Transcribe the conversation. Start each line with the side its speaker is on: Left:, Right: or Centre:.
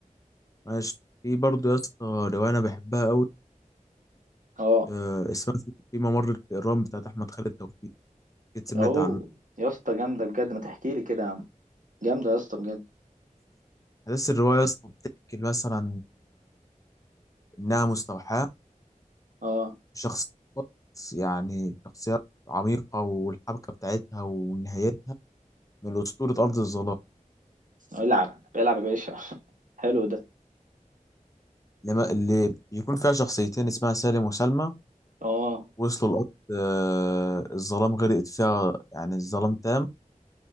Left: ماشي في برضه يا اسطى روايه انا بحبها قوي
Right: اه
Left: آه اسمها في في ممر الفئران بتاعت احمد خالد توفيق اكيد سمعت
Right: أهو
Left: عنها
Right: يا اسطى جامدة بجد ما تحكي لي كده يا عم جامدة يا اسطى بجد
Left: احداث الروايه يا اسطى بتحكي مثلا انها مستوحاه
Right: اه
Left: شخص يعني شخصيات عميقه والحبكه بتاعتها ونهايتها من اسطوره ارض الظلام
Right: العب العب يا باشا <laughs> حلو ده
Left: لما- اللي بيكون فيها شخصيتين اسمها سالم وسلمى
Right: اه
Left: وصلوا الأرض آه، الظلام غرقت فيها يعني الظلام تام